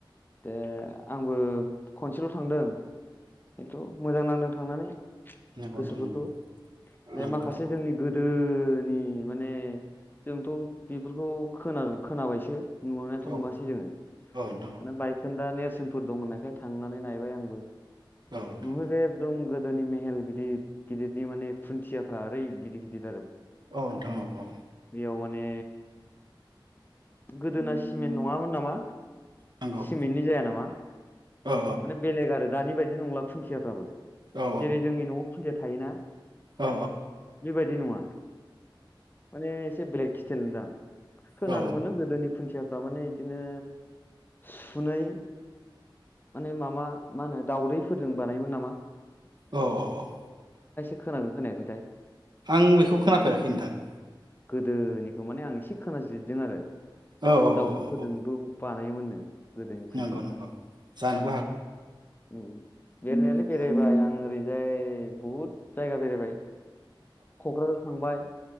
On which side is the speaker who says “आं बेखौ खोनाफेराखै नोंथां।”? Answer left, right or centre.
Right